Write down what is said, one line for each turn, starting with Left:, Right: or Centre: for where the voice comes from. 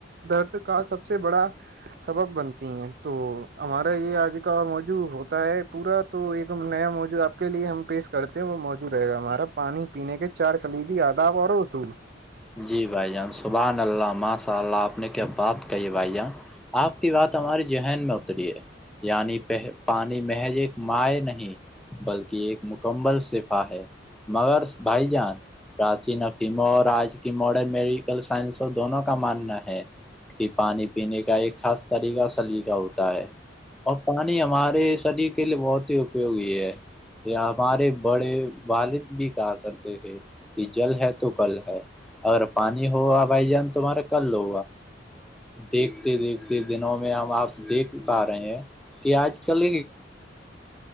Right: درد کا سب سے بڑا سبب بنتا تو ہمارا یہ آج کا موضوع ہوتا ہے پورا تو ایک نیا موضو آپ کے لیے ہم پیش کرتے ہیں وہ موجود رہے گا ہمارا پانی پینے کے چار کلیدی آداب اور اصول
Centre: جی بھائی جان صبح اللہ ماشاء اللہ آپ نے کیا بات کہی ہے بھائی جان آپ کی بات ہماری ذہن میں اتری ہے یعنی پانی محج ایک مائ نہیں بلکہ ایک مکمل صفا ہے مگر بھائی جان پراچیین افیموں اور آج کی ماڈرن میڈیکل سائنسوں دونوں کا ماننا ہے کہ پانی پینے کا ایک خاص طریقہ سلیقہ ہوتا ہے اور پانی ہمارے صدی کے لیے بہتر ہوئی ہے یہ ہمارے بڑے والد بھی کہا کرتے تھے کہ جل ہے تو کل ہے اگر پانی ہو گا بھائی جان تمہارے کر لو دیکھتے دیکھتے دنوں میں ہم اپ دیکھ پا رہے ہیں کہ اج کل